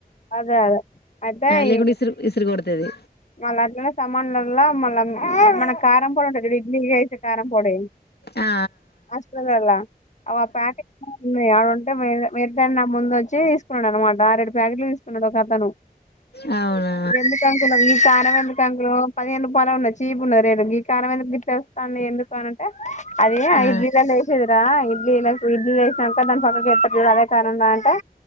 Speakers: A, on the left (about 45°); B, on the left (about 85°).
A: అదే అదే అయితే
B: లేకుంటే
A: ఈ
B: ఇసురు ఇసురు కొడుతది
A: ఇగ అలాట్లనే సమానలల మళ్ళ మనకు కారం పొడి ఉంటది క ఇడ్లీసే కారం పొడి
B: ఆ
A: హాస్పటలల అగొ ఆ ప్యాకెట్లు వున్నాయ ఉంటే మే మీరేటమే ముందు వచ్చి తీసు అనమాట ఆరెడు పాకెట్లు తీస్ ఉన్నాడోకతను
B: ఆ అవునా
A: వెందు కాకు కార వెందు కాంక్రం పదిహేను <inaudible> కొనన్న చీప్ గ లేదు గీ కారం ఎందుకు గిట్ల అన్ని ఎందుకు అనంటే అదే
B: ఆ
A: ఐదు బీరలు ఏసేదిరా ఇడ్లీ నాకు ఇడ్లి వసినాక దాని పక్క ఎత్త అదే కార అంటే